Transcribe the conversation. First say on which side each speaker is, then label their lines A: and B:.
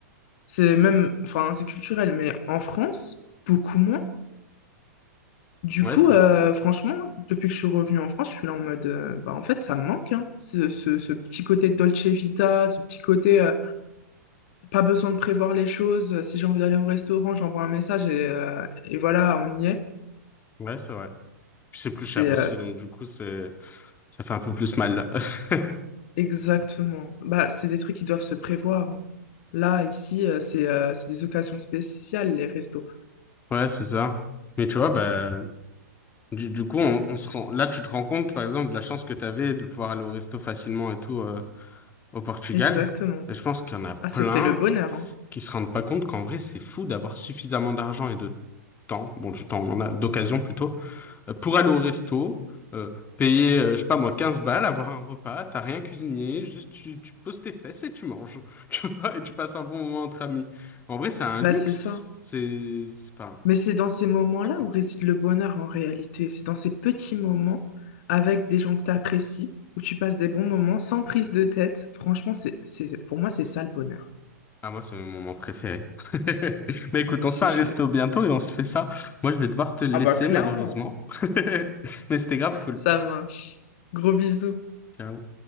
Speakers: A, on the left; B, on the left.
A: C'est même, enfin, c'est culturel, mais en France, beaucoup moins. Du
B: Ouais,
A: coup,
B: c'est
A: euh,
B: vrai.
A: franchement, depuis que je suis revenue en France, je suis là en mode, euh, bah, en fait, ça me manque, hein, ce, ce- ce petit côté Dolce Vita, ce petit côté, euh, pas besoin de prévoir les choses. Si j'ai envie d'aller au restaurant, j'envoie un message et, euh, et voilà, on y est.
B: Ouais, c'est vrai. Puis c'est plus
A: C'est
B: cher aussi,
A: euh,
B: donc du coup, c'est, ça fait un peu plus mal. <laughs>
A: exactement. Bah, c'est des trucs qui doivent se prévoir. hein. Là, ici, euh, c'est euh, c'est des occasions spéciales, les restos.
B: Ouais, c'est ça. Mais tu vois, bah, du, du coup, on, on se rend, là, tu te rends compte, par exemple, de la chance que tu avais de pouvoir aller au resto facilement et tout, euh, au Portugal.
A: Exactement.
B: Et je pense qu'il y en a plein
A: Ah, c'était le bonheur, hein.
B: qui se rendent pas compte qu'en vrai, c'est fou d'avoir suffisamment d'argent et de temps, bon, du temps, on en a d'occasion plutôt, euh, pour aller au resto, euh, payer, euh, je sais pas moi, 15 balles, avoir un repas, t'as rien cuisiné, juste tu, tu poses tes fesses et tu manges, <laughs> tu vois, et tu passes un bon moment entre amis. En vrai, c'est un
A: Bah,
B: luxe.
A: c'est ça.
B: C'est, c'est- enfin,
A: Mais c'est dans ces moments-là
B: je sais pas, quoi.
A: où réside le bonheur en réalité. C'est dans ces petits moments avec des gens que tu apprécies, où tu passes des bons moments sans prise de tête. Franchement, c'est, c'est, pour moi, c'est ça le bonheur.
B: Ah, moi, c'est mon moment préféré. <laughs> Mais écoute,
A: Non, mais
B: on
A: c'est
B: se fait un
A: je...
B: resto bientôt et on se fait ça. Moi, je vais devoir te laisser,
A: Ah bah clairement,
B: malheureusement. <laughs> Mais c'était grave cool.
A: ça marche. Gros bisous.
B: Ciao.